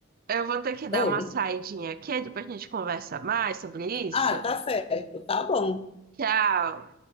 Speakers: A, on the right; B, on the left.
A: eu vou ter que dar
B: oi.
A: uma saidinha aqui, depois a gente conversa mais sobre isso.
B: Ah, tá certo, tá bom.
A: Tchau.